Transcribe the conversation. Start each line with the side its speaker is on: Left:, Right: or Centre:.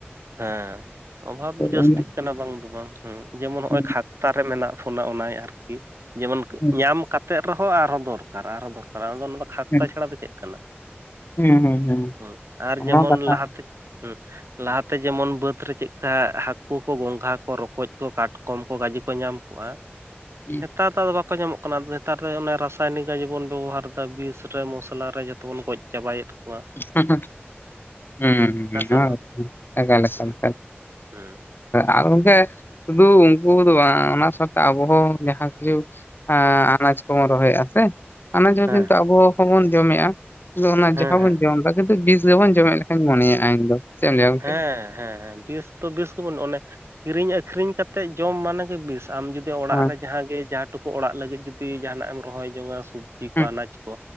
Right: ᱦᱮᱸ ᱚᱵᱷᱟᱵ ᱡᱟᱹᱥᱛᱤᱜ
Left: ᱚᱱᱟ
Right: ᱠᱟᱱᱟ ᱵᱟᱝ ᱫᱚ ᱵᱟᱝ ᱦᱮᱸ ᱡᱮᱢᱚᱱ ᱱᱚᱜᱼᱚᱭ
Left: ᱦᱩᱸ
Right: ᱠᱷᱟᱠ <unintelligible> ᱢᱮᱱᱟᱜ ᱵᱚᱱᱟ ᱚᱱᱟ ᱟᱨᱠᱤ ᱡᱮᱢᱚᱱ
Left: ᱦᱩᱸ
Right: ᱧᱟᱢ ᱠᱟᱛᱮ ᱛᱮᱫ ᱨᱮᱦᱚᱸ ᱟᱨᱦᱚᱸ ᱫᱚᱨᱠᱟᱨ ᱟᱨᱦᱚᱸ ᱫᱚᱨᱠᱟᱨ ᱟᱫᱚ ᱠᱷᱟᱠᱛᱟ
Left: ᱦᱩᱸ
Right: ᱪᱷᱟᱲᱟ ᱫᱚ ᱪᱮᱫ ᱠᱟᱱᱟ?
Left: ᱦᱩᱸ ᱦᱩᱸ
Right: ᱦᱩᱸ ᱟᱨ
Left: ᱚᱱᱟ
Right: ᱡᱮᱢᱚᱱ
Left: ᱠᱟᱛᱷᱟ
Right: ᱞᱟᱦᱟᱛᱮ ᱦᱩᱸ ᱞᱟᱦᱟ ᱛᱮ ᱡᱮᱢᱚᱱ ᱵᱟᱹᱫᱽ ᱨᱮ ᱪᱮᱫ ᱞᱮᱠᱟ ᱦᱟᱹᱠᱩ ᱠᱚ ᱜᱚᱝᱜᱷᱟ ᱠᱚ ᱨᱚᱠᱚᱡᱽ ᱠᱚ ᱠᱟᱴᱠᱚᱢ ᱠᱚ ᱜᱟᱹᱡᱤ ᱠᱚ ᱧᱟᱢ ᱠᱚᱜᱼᱟ᱾
Left: ᱦᱩᱸ
Right: ᱦᱮᱸᱛᱟᱛ ᱱᱮᱛᱟᱨ ᱫᱚ ᱵᱟᱠᱚ ᱧᱟᱢᱚᱜ ᱠᱟᱱᱟ ᱱᱮᱛᱟᱨ ᱫᱚ ᱚᱱᱮ ᱨᱟᱥᱟᱭᱱᱤᱠ ᱡᱮᱵᱚᱱ ᱵᱮᱵᱚᱦᱟᱨᱮᱫᱟ ᱵᱤᱥ ᱨᱮ ᱢᱚᱥᱞᱟ ᱨᱮ ᱡᱚᱛᱚᱵᱚᱱ ᱜᱚᱡ ᱪᱟᱵᱟᱭᱮᱫ ᱠᱚᱣᱟ
Left: ᱦᱮᱸ ᱦᱮᱸ ᱦᱳᱭ
Right: ᱥᱮ ᱵᱟᱝ
Left: ᱮᱠᱟᱞ ᱮᱠᱟᱞ
Right: ᱦᱩᱸ ᱦᱩᱸ
Left: ᱟᱨ ᱜᱚᱝᱠᱮ ᱥᱩᱫᱩ ᱩᱱᱠᱩ ᱫᱚ ᱵᱟᱝ ᱚᱱᱟ ᱥᱟᱶᱛᱮ ᱟᱵᱚᱦ ᱦᱚᱸ ᱡᱟᱦᱟᱸ ᱠᱤᱪᱷᱩ ᱟᱱᱟᱡᱽ ᱠᱚᱵᱚᱱ ᱨᱚᱦᱚᱭᱮᱫᱼᱟ ᱥᱮ ᱟᱱᱟᱡᱽ ᱦᱚᱸ
Right: ᱦᱮᱸ
Left: ᱠᱤᱱᱛᱩ ᱟᱵᱚ ᱦᱚᱸᱵᱚᱱ ᱡᱚᱢᱮᱫᱼᱟ᱾ ᱟᱫᱚ ᱚᱱᱟ
Right: ᱦᱮᱸ
Left: ᱡᱟᱦᱟᱸ
Right: ᱦᱮᱸ
Left: ᱵᱚᱱ ᱡᱚᱢᱫᱟ ᱠᱤᱱᱛᱩ ᱵᱤᱥ ᱜᱮᱵᱚᱱ ᱡᱚᱢᱮᱫ ᱞᱮᱠᱟᱧ ᱢᱚᱢᱮ ᱞᱮᱠᱟᱧ ᱢᱚᱱᱮᱭ-ᱟ ᱤᱧ ᱫᱚ᱾ ᱪᱮᱫ ᱮᱢ ᱞᱟᱹᱭᱟ ᱜᱚᱝᱠᱮ
Right: ᱦᱮᱸ ᱦᱮᱸ ᱦᱮᱸ ᱵᱤᱥ ᱛᱚ ᱵᱤᱥ ᱜᱮᱵᱚᱱ ᱚᱱᱮ ᱠᱤᱨᱤᱧ ᱟᱹᱷᱨᱤᱧ ᱠᱟᱛᱮᱜ ᱡᱚᱢ ᱢᱟᱱᱮ ᱜᱮ ᱵᱮᱥ᱾ ᱟᱢ ᱡᱩᱫᱤ ᱚᱲᱟᱜ
Left: ᱦᱳᱭ
Right: ᱨᱮ ᱡᱟᱦᱟᱸᱜᱮ ᱡᱟᱦᱟᱸ ᱴᱩᱠᱩ ᱚᱲᱟᱜ ᱞᱟᱹᱜᱤᱫ ᱡᱩᱫᱤ ᱡᱟᱦᱟᱱᱟᱜᱮᱢ ᱨᱚᱦᱚᱭ ᱡᱚᱝᱟ ᱥᱚᱵᱡᱤ ᱠᱚ
Left: ᱦᱮᱸ
Right: ᱟᱱᱟᱡᱽ ᱠᱚ